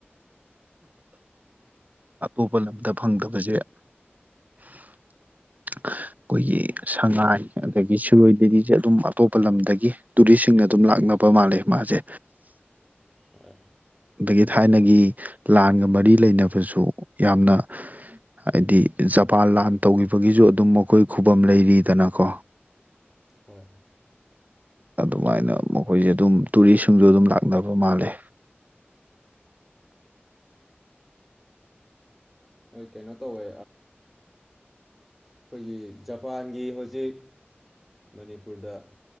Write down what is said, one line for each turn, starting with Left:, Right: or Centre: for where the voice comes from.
Right: ꯑꯇꯣꯞꯄ ꯂꯝꯗ ꯐꯪꯗꯕꯁꯦ ꯑꯩꯈꯣꯏꯒꯤ ꯁꯉꯥꯏ ꯑꯗꯒꯤ ꯁꯤꯔꯣꯏ ꯗꯦꯜꯂꯤꯁꯦ ꯑꯗꯨꯝ ꯑꯇꯣꯞꯄ ꯂꯝꯗꯒꯤ ꯇꯨꯔꯤꯁꯁꯤꯡꯅ ꯑꯗꯨꯝ ꯂꯥꯛꯅꯕ ꯃꯥꯜꯂꯦ ꯃꯥꯁꯦ
Centre: ꯍꯣꯏ
Right: ꯑꯗꯒꯤ ꯊꯥꯏꯅꯒꯤ ꯂꯥꯟꯒ ꯃꯔꯤ ꯂꯩꯅꯕꯁꯨ ꯌꯥꯝꯅ ꯍꯥꯏꯗꯤ ꯖꯄꯥꯟ ꯂꯥꯟ ꯇꯧꯈꯤꯕꯒꯤꯁꯨ ꯑꯗꯨꯝ ꯃꯈꯣꯏ ꯈꯨꯕꯝ ꯂꯩꯔꯤꯗꯅꯀꯣ
Centre: ꯍꯣꯏ
Right: ꯑꯗꯨꯃꯥꯏꯅ ꯃꯈꯣꯏꯁꯦ ꯑꯗꯨꯝ ꯇꯨꯔꯤꯁꯁꯤꯡꯁꯨ ꯑꯗꯨꯝ ꯂꯥꯛꯅꯕ ꯃꯥꯜꯂꯦ
Centre: ꯍꯣꯏ ꯀꯩꯅꯣ ꯇꯧꯋꯦ ꯑꯩꯈꯣꯏꯒꯤ ꯖꯄꯥꯟꯒꯤ ꯍꯧꯖꯤꯛ ꯃꯅꯤꯄꯨꯔꯗ